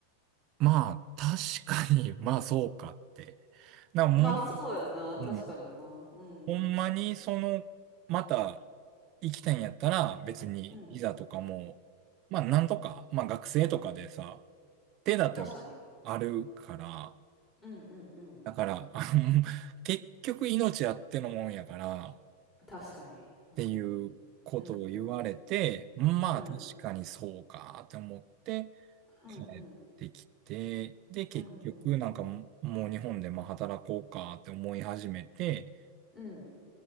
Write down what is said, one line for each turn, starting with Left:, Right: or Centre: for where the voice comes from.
Right: まあ、確かに、まあ、そうかって。な、もう、
Left: まあそうやな、確かにな。
Right: うん
Left: うん。
Right: ほんまにその、また行きたいんやったら別にビザとかも、
Left: うん。
Right: まあなんとか、まあ学生とかでさ、手立ては
Left: 確かに。
Right: あるから、
Left: うんうんうん。
Right: だから、<laughs> あの結局命あってのもんやからっ
Left: 確かに。うん。
Right: ていうことを言われて、
Left: うんうん。
Right: まあ確かにそうかって思って
Left: うん。うんうん。
Right: 帰ってきて、で結局なんかもう日本でまあ働こうかって思い始めて、
Left: うんうん。うん。